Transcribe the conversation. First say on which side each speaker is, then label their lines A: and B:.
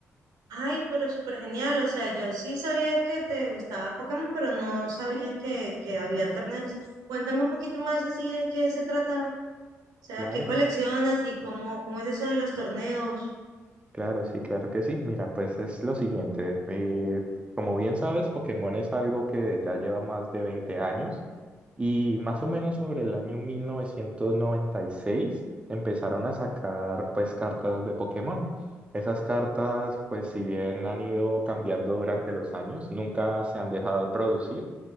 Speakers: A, on the right; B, on the right.
A: Ay, pero súper genial, o sea, yo sí sabía que te gustaba Pokémon, pero no sabía que, que había torneos. y eso. Cuéntame un poquito más así de qué se trata, o sea,
B: Claro.
A: qué coleccionas y cómo, cómo es eso de los torneos.
B: Claro, sí, claro que sí. Mira, pues es lo siguiente. eh, como bien sabes, Pokémon es algo que ya lleva más de 20 años y más o menos sobre el año 1996 empezaron a sacar pues cartas de Pokémon. Esas cartas pues si bien han ido cambiando durante los años, nunca se han dejado de producir.